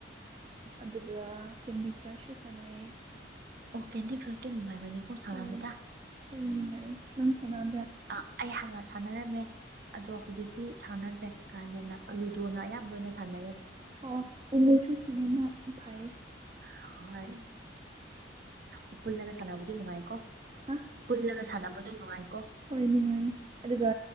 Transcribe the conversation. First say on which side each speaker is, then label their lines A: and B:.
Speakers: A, on the right (about 30°); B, on the right (about 55°).
A: ꯑꯗꯨꯒ ꯆꯦꯟꯃꯤ ꯈꯔꯁꯨ ꯁꯥꯟꯅꯩ
B: ꯑꯣ ꯀꯦꯟꯗꯤ ꯀ꯭ꯔꯁꯇꯣ ꯅꯨꯡꯉꯥꯏꯕꯅꯤꯀꯣ ꯁꯥꯟꯅꯕꯗ
A: ꯍꯣꯏ ꯍꯣꯏ ꯅꯨꯡꯉꯥꯏꯌꯦ ꯅꯪ ꯁꯥꯟꯅꯥꯅꯕ꯭ꯔꯥ
B: ꯑ ꯑꯩ ꯍꯥꯟꯅ ꯁꯥꯟꯅꯔꯝꯃꯦ ꯑꯗꯣ ꯍꯧꯖꯤꯛꯇꯤ ꯁꯥꯟꯅꯗ꯭ꯔꯦ ꯀꯥ ꯍꯦꯟꯅ ꯂꯨꯗꯣꯅ ꯑꯌꯥꯝꯕ ꯑꯣꯏꯅ ꯁꯥꯟꯅꯩꯌꯦ
A: ꯑ ꯎꯂꯣꯁꯨ ꯁꯝ ꯑꯃ ꯐꯥꯏꯌꯦ
B: ꯍ ꯎꯄꯨꯜ ꯂꯒꯦ ꯆꯥꯟꯕꯨ ꯅꯉꯥꯏꯀꯣ
A: ꯍꯥ
B: ꯄꯨꯜꯂꯒ ꯁꯥꯟꯅꯕꯗꯣ ꯅꯨꯡꯉꯥꯏꯀꯣ
A: ꯍꯣꯏ ꯅꯨꯡꯉꯥꯏ ꯑꯗꯨꯒ